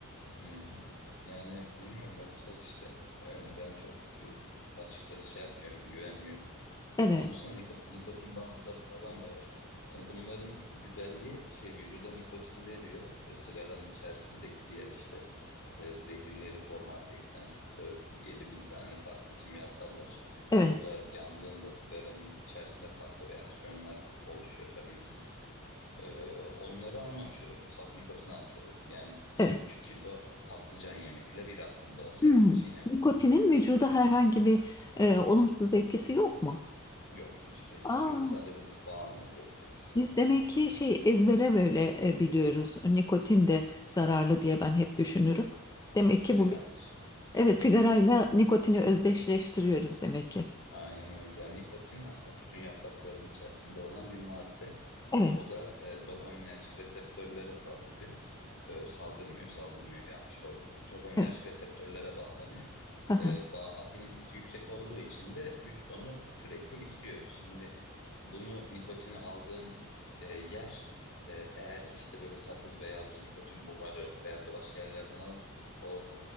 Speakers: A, on the left; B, on the left.
A: hı, hı. Yani bilmiyorum bakacağız işte. Ee, ben çok e, açıkçası şey yapmıyorum güvenmiyorum.
B: Evet,
A: Onun dışında niko- nikotin bantları falan da var. Yani bunların güzelliği şey vücuda nikotini veriyor. E, sigaranın içerisindeki diğer işte e, zehirleri formaldehitten tut da 7000 tane farklı kimyasal var.
B: evet,
A: O da yandığında sigaranın içerisinde farklı reaksiyonlar oluşuyor tabii ki. E, onları almamış oluyorsun. Saf nikotini almış oluyorsun. Yani
B: evet.
A: bir buçuk kilo patlıcan yemekle bir aslında o sakızı
B: Hmm.
A: çiğne.
B: Nikotinin vücuda herhangi bir e, olumsuz etkisi yok mu?
A: Yok hiçbir etkisi
B: Aa,
A: yok. Sadece bağımlılık yapıcı etkisi
B: biz
A: var.
B: demek ki şey ezbere böyle e, biliyoruz. Nikotin de zararlı diye ben hep düşünürüm. Demek
A: İşte
B: ki bu
A: yanlış.
B: evet sigarayla nikotini özdeşleştiriyoruz demek ki.
A: Aynen öyle. Yani nikotin aslında tütün yapraklarının içerisinde olan bir madde.
B: Evet,
A: O da e, dopaminerjik reseptörlere saldırıyor. E, saldırmıyor, saldırmıyor yanlış oldu. Dopaminerjik
B: evet.
A: reseptörlere bağlanıyor.
B: <laughs>
A: E, bağ, afinitesi yüksek olduğu için de vücut onu sürekli istiyor. Şimdi bunu nikotini aldığın e, yer e, eğer ki işte böyle sakız veyahut da nikotin buharı veyahut da başka yerlerden alırsan o